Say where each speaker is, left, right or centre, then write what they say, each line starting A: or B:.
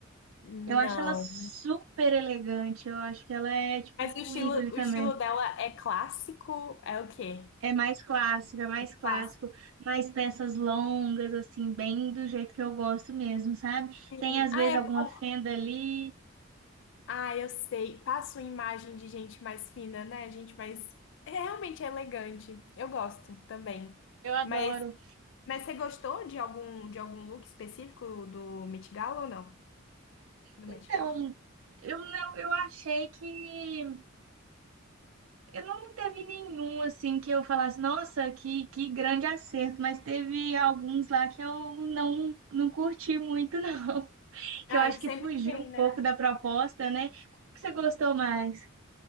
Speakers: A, on the left; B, on the right.
A: Não.
B: Eu acho ela super elegante, eu acho que ela é tipo
A: Mas o estilo,
B: um ícone também.
A: o estilo dela é clássico? É o quê?
B: É mais clássico, é mais clássico,
A: Clássico.
B: mais peças longas, assim, bem do jeito que eu gosto mesmo, sabe?
A: Sim.
B: Tem às vezes
A: Ah, é
B: alguma
A: bom.
B: fenda ali,
A: Ah, eu sei. Passa uma imagem de gente mais fina, né? Gente mais. É realmente é elegante. Eu gosto também.
B: eu adoro.
A: Mas, mas você gostou de algum, de algum look específico do Met Gala ou não? Do
B: Então,
A: Met Gala.
B: eu não, eu achei que eu não teve nenhum assim que eu falasse, nossa, que, que grande acerto, mas teve alguns lá que eu não não curti muito, não. <laughs> Que
A: Ah,
B: eu acho
A: sempre
B: que fugiu
A: tem,
B: um
A: né?
B: pouco da proposta, né? O que você gostou mais?